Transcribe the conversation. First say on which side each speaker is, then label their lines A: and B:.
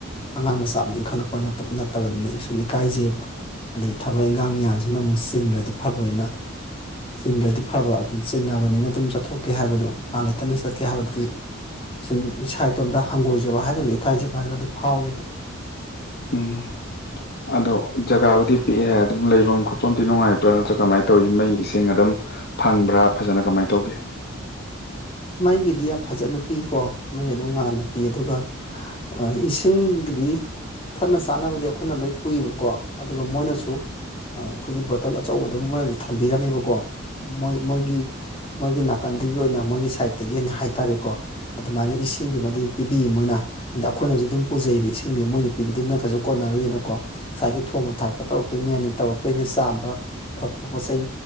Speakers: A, on the left (about 30°); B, on the left (about 55°).
A: ꯑꯉꯥꯡ ꯃꯆꯥ ꯑꯃ ꯏꯟꯈꯠꯂꯛꯄ ꯅꯠꯇꯕꯅꯤꯅ ꯑꯩ ꯁꯨꯝ ꯏꯀꯥꯏꯖꯩꯑꯕ ꯑꯗꯒꯤ ꯊꯕꯛ ꯏꯟꯈꯥꯡ ꯃꯌꯥꯝꯁꯤꯅ ꯑꯃꯨꯛ ꯆꯤꯟꯗ꯭ꯔꯗꯤ ꯐꯕꯅꯤꯅ ꯆꯤꯟꯗ꯭ꯔꯗꯤ ꯑꯐꯕ ꯑꯗꯨ ꯆꯤꯟꯅꯕꯅꯤꯅ ꯑꯗꯨꯝ ꯆꯠꯊꯣꯛꯀꯦ ꯍꯥꯏꯕꯗꯣ ꯃꯥꯥ ꯂꯩꯇꯅ ꯆꯠꯀꯦ ꯍꯥꯏꯕꯗꯨ ꯁꯨꯝ ꯏꯁꯥ ꯏꯇꯣꯝꯇ ꯍꯪꯒꯣꯏꯖꯕ ꯍꯥꯏꯒꯗ꯭ꯔꯥ ꯏꯀꯥꯏꯖꯕ ꯍꯥꯏꯒꯗ꯭ꯔꯥ ꯑꯗꯨ ꯐꯥꯎꯋꯦꯕ <inaudible>
B: ꯎꯝ ꯑꯗꯣ ꯖꯒꯥꯕꯨꯗꯤ ꯄꯤꯛꯑꯦ ꯍꯥꯏ ꯑꯗꯨꯝ ꯂꯩꯐꯝ ꯈꯣꯠꯐꯝꯗꯤ ꯅꯨꯡꯉꯥꯏꯕ꯭ꯔꯥ ꯅꯠꯇ꯭ꯔꯒ ꯀꯃꯥꯏꯅ ꯇꯧꯋꯤ ꯃꯩ ꯏꯁꯤꯡ ꯑꯗꯨꯝ ꯐꯪꯕ꯭ꯔꯥ ꯐꯖꯅ ꯀꯃꯥꯏꯅ ꯇꯧꯒꯦ
A: ꯃꯩꯒꯤꯗꯤ ꯌꯥꯝ ꯐꯖꯅ ꯄꯤꯀꯣ ꯃꯩ ꯑꯗꯨꯝ ꯉꯥꯟꯟꯅ ꯄꯤ ꯑꯗꯨꯒꯁꯤꯡ ꯏꯁꯤꯡꯒꯤꯗꯤ ꯊꯛꯅ ꯆꯥꯅꯕꯗꯤ ꯑꯩꯈꯣꯏꯅ ꯂꯣꯏ ꯄꯨꯏꯕꯀꯣ ꯑꯗꯨꯒ ꯃꯣꯏꯅꯁꯨ ꯑꯩꯈꯣꯏꯒꯤ ꯕꯣꯇꯜ ꯑꯆꯧꯕꯗꯣ ꯃꯣꯏꯅ ꯊꯝꯕꯤꯔꯝꯃꯦꯕꯀꯣ ꯃꯣꯏ ꯃꯣꯏꯒꯤ ꯃꯣꯏꯒꯤ ꯅꯥꯀꯟꯗꯒꯤ ꯑꯣꯏꯅ ꯃꯣꯏꯒꯤ ꯁꯥꯏꯠꯇꯒꯤꯅ ꯍꯥꯏꯇꯥꯔꯦꯀꯣ ꯑꯗꯨꯃꯥꯏꯅ ꯏꯁꯤꯡꯗꯨꯃꯗꯨ ꯄꯤꯕꯤ ꯃꯣꯏꯅ ꯑꯗ ꯑꯩꯈꯣꯏꯅꯁꯨ ꯑꯗꯨꯝ ꯄꯨꯖꯩꯕ ꯏꯁꯤꯡꯖꯦ ꯃꯣꯏꯅ ꯄꯤꯕꯗꯨꯅ ꯀꯩꯁꯨ ꯀꯣꯟꯅꯔꯣꯏꯅꯀꯣ ꯉꯁꯥꯏꯒꯤ ꯊꯣꯡꯕ ꯊꯥꯛꯄ ꯇꯧꯔꯛꯇꯣꯏꯅꯦꯅ ꯇꯧꯔꯛꯇꯣꯏꯅꯤ ꯆꯥꯝꯕ ꯈꯣꯠꯄ ꯄꯣꯠꯆꯩ